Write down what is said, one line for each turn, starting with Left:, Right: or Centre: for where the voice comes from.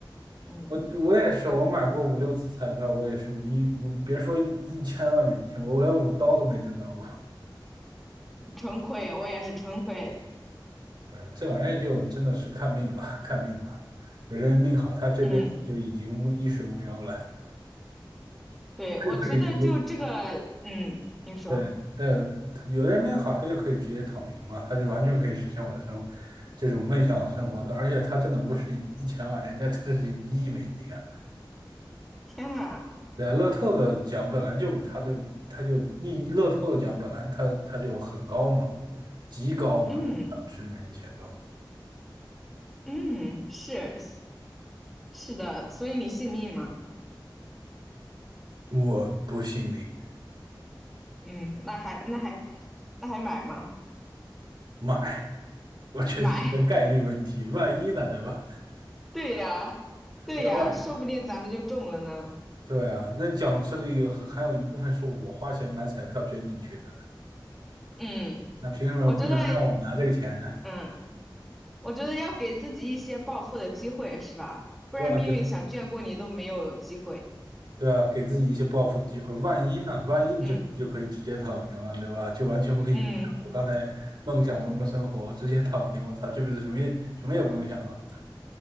Centre: 嗯，
Right: 我我也是，我买过五六次彩票，我也是一，我别说一一千万美金，我连五刀都没挣到过。
Centre: 纯亏，我也是纯亏。
Right: 对，这玩意儿就真的是看命吧，看命吧。有的人命好，他这辈子就已经无衣食无忧了，
Centre: 嗯，对，我觉得就这个，
Right: 可以直接
Centre: 嗯，你说，
Right: 对，但他有的人命好，他就可以直接躺平嘛，他就完全可以实现我的生这种梦想的生活的，而且他真的不是一一千万，人家的是一亿美金啊！
Centre: 天呐，
Right: 对啊，乐透的奖本来就他就他就你乐透的奖本来他他就很高嘛，极高嘛，
Centre: 嗯
Right: 奖池里面的钱都，
Centre: 嗯，是是的，所以你信命吗？
Right: 我不信命
Centre: 嗯，那还那还那还买吗？
Right: 买，我觉得这是个概率问题，
Centre: 买，
Right: 万一呢，对吧？
Centre: <laughs> 对呀对呀，
Right: 哎，万，
Centre: 说不定咱们就中了呢。
Right: 对啊，那奖池里有还有一部分是我花钱买彩票捐进去的。
Centre: 嗯，
Right: 那凭什么不能让我拿这个钱呢？
Centre: 我觉得，嗯。我觉得要给自己一些暴富的机会，是吧？不然命运想眷顾你都没有机会。
Right: 对啊，给自对啊，给自己一些报复的机会。万一呢？万一你这不就可以直接躺平了，
Centre: 嗯
Right: 对吧？就完全可以过上我刚才梦想中的生活，
Centre: 嗯，
Right: 我直接躺平。我操，这辈子什么也什么也不用想了。